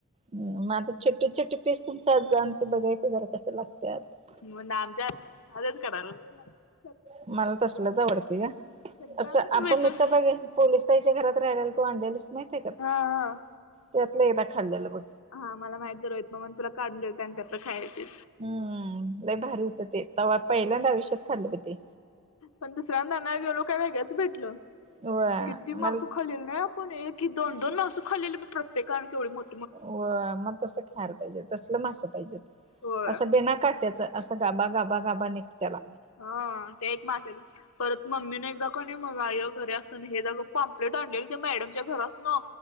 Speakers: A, on the right; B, on the left.
A: हम मग आता छोटे छोटे पीस तुमच आ जाण ते बघायचं जरा कसं लागत.
B: ह नाम ज त नाच क रोो म
A: मला तसलच आवडते का?
B: सगळ्यातच
A: असं आपण
B: वेचून
A: इथ तर बघे पोलिस तईच्या घरात राहियला तू आणायलीच माहितय का?
B: हा हा.
A: त्यातलं एकदा खांलेलं बघ.
B: हा मला माहित जर हो मग मग तुला काढून द्यायचं आणि त्यातल खायायचे.
A: हम्म लय भारी होतं ते तवा पहिल्यांदा आयुष्यात खाल्लं बघ ते
B: पण दुसऱ्यांदा ना गेलो काय वेगळंच भेटल
A: व्हय
B: किती मासू
A: मला
B: खलील ना आपण एक क दन दोन मू खलील प्रत ते <unintelligible>
A: व मग तस खायला पाहिजे तसल मासं पाहिजे
B: होय
A: असं बेना काट्याच असं गाबा गाबा गाबा निघतला.
B: हा ते एक माश्याच परत मम्मीने एकदा कणे मग आय घरी असताना हे दा. पाम्प्लेट आणलेली ते मॅडमच्या घरात न